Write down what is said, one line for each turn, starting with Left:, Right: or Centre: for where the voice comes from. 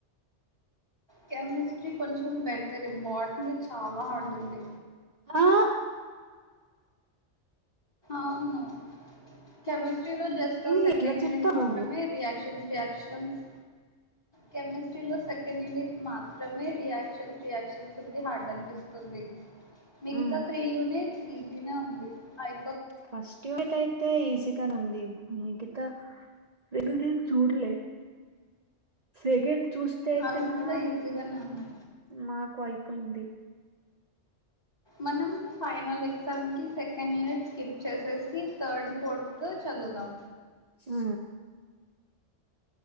Left: కెమిస్ట్రీ కొంచెం బెటర్ బాట్ని చాలా హార్డ్ ఉంది
Right: ఆ
Left: అవును కెమిస్ట్రీలో జస్ట్
Right: ఇది
Left: ఆ సెకండ్
Right: ఎట్లా
Left: యూనిట్
Right: చెప్తావు
Left: మాత్రమే
Right: నువ్వు
Left: రియాక్షన్స్ రియాక్షన్స్ కెమిస్ట్రీలో సెకండ్ యూనిట్ మాత్రమే రియాక్షన్స్ రియాక్షన్స్ ఉంది హార్డ్ అనిపిస్తు మిగితా
Right: ఉమ్
Left: త్రీ యూనిట్స్ ఈజీ నే ఉంది. అయి
Right: ఫస్ట్ ఈ ట్ అయితే ఈజీ ఉంది మిగిత రెండు చూడలే సెగండ్ చూస్తే అయితే
Left: అవి
Right: నా
Left: కూడా ఈజీగానే ఉన్నాయి
Right: మాకు అయి పంది
Left: మనం ఫైనల్ ఎగ్జామ్కి సెకండ్ యూనిట్ స్కిప్ చేసేసి, థర్డ్, ఫోర్త్ చదువుదాం.
Right: ఆ